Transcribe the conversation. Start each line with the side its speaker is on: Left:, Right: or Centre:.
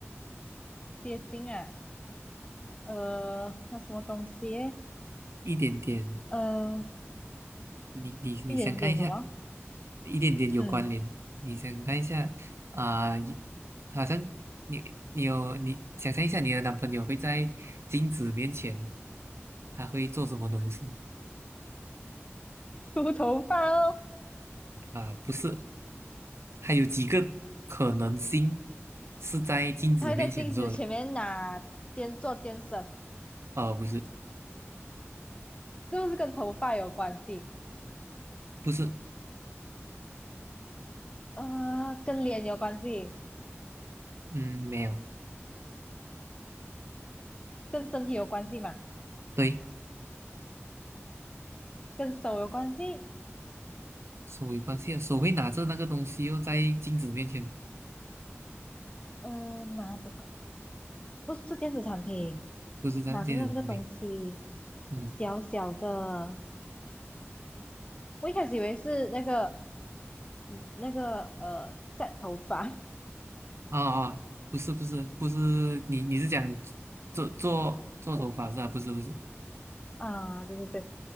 Left: 接近啊，呃，那什么东西？
Right: 一点点，
Left: 呃，
Right: 你你你想看一下，
Left: 一点点什么？
Right: 一点点有关联，
Left: 嗯，
Right: 你想看一下啊、你好像你你有你想象一下你的男朋友会在镜子面前他会做什么东西
Left: 梳头发哦。
Right: 啊、不是，还有几个可能性是在镜子面前做的，
Left: 他会在镜子前面拿肩做肩绳，
Right: 哦、不是
Left: 就是跟头发有关系，
Right: 不是，
Left: 呃，跟脸有关系，
Right: 嗯，没有，
Left: 跟身体有关系嘛，
Right: 对。
Left: 跟手有关系，
Right: 手有关系啊，手会拿着那个东西又在镜子面前，
Left: 呃，拿着不是电子产品，
Right: 不是这样，
Left: 拿着那个东西，
Right: 镜子面，嗯，
Left: 小小的，我一开始以为是那个嗯那个呃 set 头发，
Right: 啊啊，不是不是不是，你你是讲做做做头发是吧？
Left: 我
Right: 不是不是，
Left: 啊，对对对，